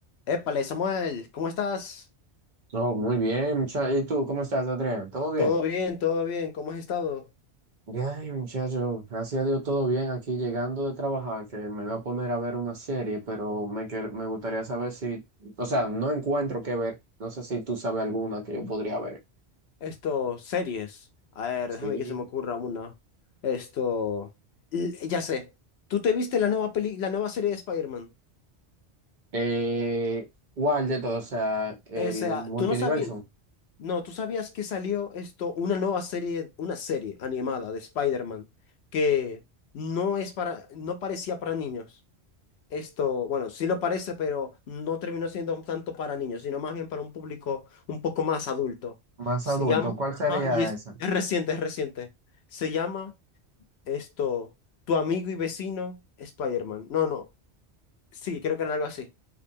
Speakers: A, on the left (about 70°); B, on the right (about 50°).
A: Épale, Samuel, ¿cómo estás?
B: No, muy bien, muchacho. ¿Y tú cómo estás, Adrián? ¿Todo bien?
A: Todo bien, todo bien, ¿cómo has estado?
B: Ay, muchacho, gracias a Dios todo bien aquí llegando de trabajar, que me voy a poner a ver una serie, pero me, que- me gustaría saber si, o sea, no encuentro qué ver. No sé si tú sabes alguna que
A: ¿Mm?
B: yo podría ver.
A: Esto, series. A ver, déjame
B: Sí.
A: que se me ocurra una. Esto, l- ya sé. ¿Tú te viste la nueva peli, la nueva serie de Spider-Man?
B: Eh, ¿cuál de todos? O sea, el
A: O sea,
B: multiverso
A: tú no sabías, no, tú sabías que salió esto, una nueva serie, una serie animada de Spider-Man que no es para, no parecía para niños. esto, bueno, sí lo parece, pero no terminó siendo tanto para niños, sino más bien para un público un poco más adulto.
B: Más
A: Se
B: adulto,
A: llama,
B: ¿cuál
A: ajá,
B: sería
A: y es,
B: esa?
A: es reciente, es reciente. Se llama esto, Tu amigo y vecino Spider-Man. No, no, sí, creo que era algo así.